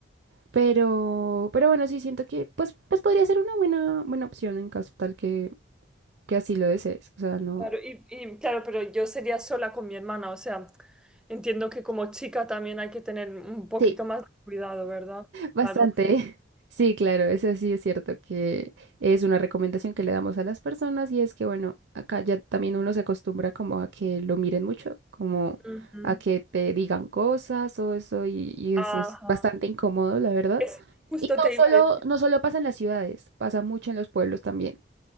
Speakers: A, on the right; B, in the centre.
A: Pero, pero bueno, sí siento que pues, pues podría ser una buena, buena opción en caso tal que, que así lo desees. O sea, no.
B: Claro, y, y, claro, pero yo sería sola con mi hermana, o sea, entiendo que como chica también hay que tener un poquito
A: Sí,
B: más de cuidado, ¿verdad?
A: bastante.
B: Claro.
A: <laughs> Sí, claro, eso sí es cierto que es una recomendación que le damos a las personas y es que, bueno, acá ya también uno se acostumbra como a que lo miren mucho, como
B: Ujú.
A: a que te digan cosas o eso y, y
B: Ajá.
A: eso es bastante incómodo, la verdad.
B: Es, justo
A: Y no
B: te
A: solo,
B: iba a decir,
A: no solo pasa en las ciudades, pasa mucho en los pueblos también.